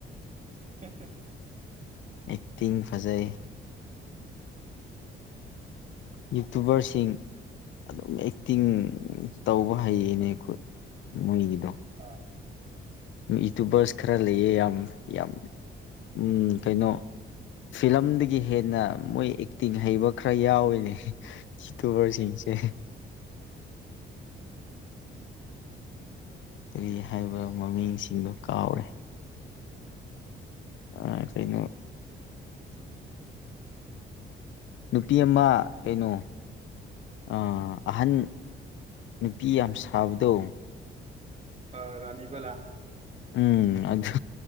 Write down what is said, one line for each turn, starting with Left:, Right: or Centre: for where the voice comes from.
Right: ꯍꯦ ꯍꯦ
Left: ꯑꯦꯛꯇꯤꯡ ꯐꯖꯩ ꯌꯨꯇꯨꯕꯔꯁꯤꯡ ꯑꯗꯨꯝ ꯑꯦꯛꯇꯤꯡ ꯎꯝ ꯇꯧꯕ ꯍꯩꯌꯦꯅꯦ ꯃꯣꯏꯒꯤꯗꯣ
Right: <inaudible>
Left: ꯌꯨꯇꯨꯕꯔꯁ ꯈꯔ ꯂꯩꯌꯦ ꯌꯥꯝ ꯌꯥꯝ ꯎꯝ ꯀꯩꯅꯣ ꯐꯤꯂꯝꯗꯒꯤ ꯍꯦꯟꯅ ꯃꯣꯏ ꯑꯦꯛꯇꯤꯡ ꯍꯩꯕ ꯈꯔ ꯌꯥꯎꯏꯅꯦ ꯌꯨꯇꯨꯕꯔꯁꯤꯡꯁꯦ ꯀꯔꯤ ꯍꯥꯏꯕ ꯃꯃꯤꯡꯁꯤꯡꯗꯣ ꯀꯥꯎꯔꯦ ꯑꯥ ꯀꯩꯅꯣ ꯅꯨꯄꯤ ꯑꯃ ꯀꯩꯅꯣ ꯑ ꯑꯍꯟ ꯅꯨꯄꯤ ꯌꯥꯝ ꯁꯥꯕꯤꯗꯣ
Right: ꯑ ꯔꯅꯤꯕꯂꯥ
Left: ꯎꯝ ꯑꯗꯨ